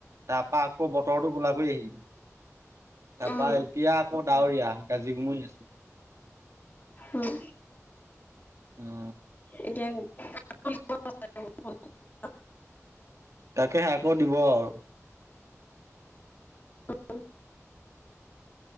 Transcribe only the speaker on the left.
উম,
উম,
এতিয়া <unintelligible>
অ